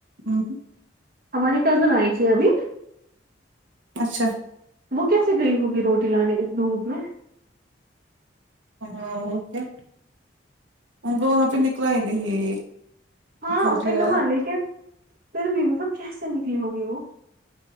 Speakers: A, on the right; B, on the right.
A: ہمم
B: ہماریے کزن آئی تھی ابھی
A: اچھا
B: وہ کیسے گئی ہوگی روٹی لانے اس دھوپ میں
A: ہاں وہ کیا ان کو وہاں پہ نکلا ہی نہیں
B: ہاں
A: روٹی
B: اس نے
A: والا
B: کہا لیکن پھر بھی مطلب کیسے نکلی ہوگی وہ